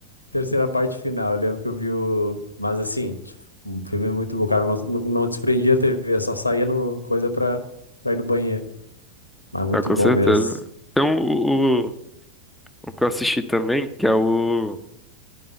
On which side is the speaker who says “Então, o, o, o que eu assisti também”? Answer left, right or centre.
Centre